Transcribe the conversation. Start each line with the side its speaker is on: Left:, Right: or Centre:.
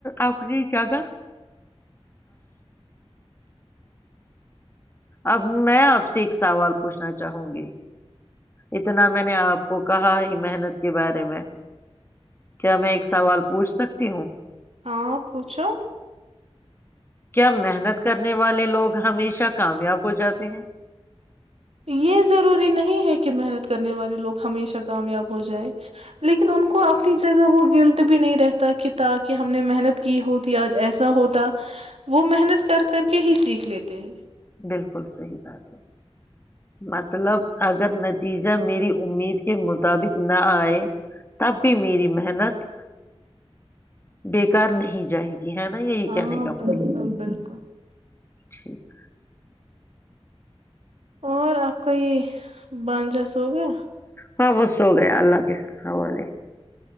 Left: آپ کی جگہ اب میں آپ سے ایک سوال پوچھنا چاہوں گی اتنا میں نے آپ کو کہا ہی محنت کے بارے میں کیا میں ایک سوال پوچھ سکتی ہوں
Right: ہاں پوچھو
Left: کیا محنت کرنے والے لوگ ہمیشہ کامیاب ہو جاتے ہیں
Right: یہ ضروری نہیں ہے کہ محنت کرنے والے لوگ ہمیشہ کامیاب ہو جائے لیکن ان کو اپنی جگہ وہ گلٹ بھی نہیں رہتا کہ تاکہ ہم نے محنت کی ہوتی آج ایسا ہوتا وہ محنت کر کر کے ہی سیکھ لیتے ہیں
Left: بالکل صحی بات ہے مطلب اگر نتیجہ میری امید کے مطابق نہ آئے تب بھی میری محنت بیکار نہیں جائے گی ہے نا یہی
Right: ہاں
Left: کہنے کا
Right: بالکل
Left: مطلب
Right: بالکل
Left: ٹھیک
Right: اور آپ کا یہ بانجس ہو گیا
Left: ہاں وہ سو گیا اللہ کےے